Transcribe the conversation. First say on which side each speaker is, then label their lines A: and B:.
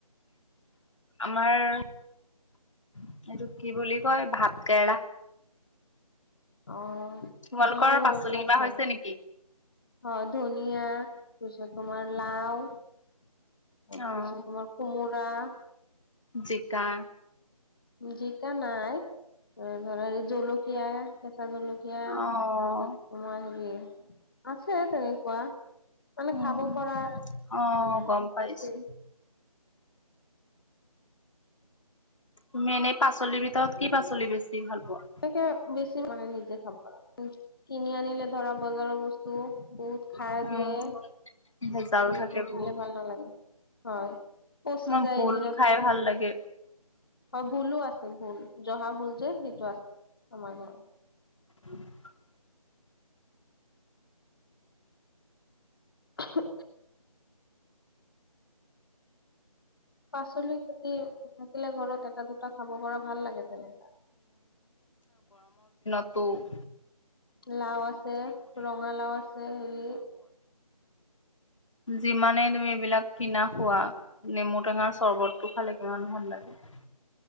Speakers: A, on the left; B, on the left.
A: আমাৰ এইটো কি বুলি কয়, ভাত কেৰেলা
B: অ,
A: তোমালোকৰ
B: আমাৰ ঘৰতো
A: পাচলি
B: আছে।
A: কিবা হৈছে
B: হয়,
A: নেকি
B: ধুন ধনীয়া, পিছত তোমাৰ লাও তাৰপিছত
A: অ',
B: তোমাৰ কোমোৰা। া <unintelligible>
A: জিকা,
B: জিকা নাই, ধৰা জলকীয়া। কেঁচা জলকীয়া।
A: অ',
B: পিছত তোমাৰ হেৰি আছে, তেনেকুৱা মানে
A: উম,
B: খাব পৰা
A: অ',
B: মানে
A: গম পাইছো।
B: হৈছে।
A: তুমি এনেই পাচলি ভিত ত কি পাচলি বেছি ভাল পোৱা?
B: তাকে বেছি মানে <unintelligible> দেখাম কৰা শুো <unintelligible> কিনি আনিলে ধৰা বজাৰৰ বস্তু। বহুত খাৰ
A: উম,
B: দিয়ে,
A: ভেজাল
B: সেইবোৰ
A: থাকে বহুত,
B: খালে ভাল নালাগে। হয় পচি
A: মই
B: যায়
A: ভোল
B: এদিনতে।
A: খাই ভাল লাগে।
B: হয় ভুলো আছে ভুল জহা ভুল যে সেইটো আছে, আমাৰ ঘৰত।
A: <unintelligible>
B: উহ। পাচলি গুটি থাকিলে ঘৰতে এটা-দুটা খাব পৰা, ভাল লাগে তেনেকা।
A: ত'।
B: লাও আছে, ৰঙালাও আছে হেৰি।
A: যিমানেই তুমি এইবিলাক কিনা খোৱা, নেমু টেঙাৰ চৰবতটো খালে কিমান ভাল লাগে!